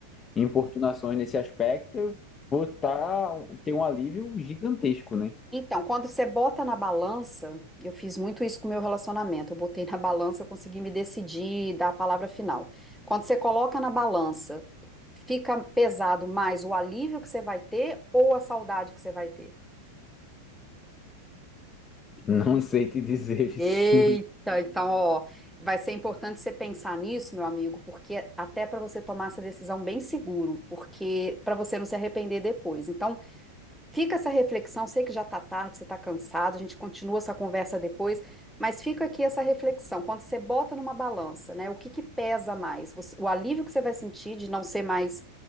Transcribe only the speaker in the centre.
Então, quando você bota na balança, eu fiz muito isso com o meu relacionamento. Eu botei na balança, eu consegui me decidir, dar a palavra final. Quando você coloca na balança, fica pesado mais o alívio que você vai ter ou a saudade que você vai ter?
Eita, então, ó, vai ser importante você pensar nisso, meu amigo, porque até para você tomar essa decisão bem seguro, porque para você não se arrepender depois. Então, Fica essa reflexão, sei que já está tarde, você está cansado, a gente continua essa conversa depois, mas fica aqui essa reflexão. Quando você bota numa balança, né, o que que pesa mais? Você- o alívio que você vai sentir de não ser mais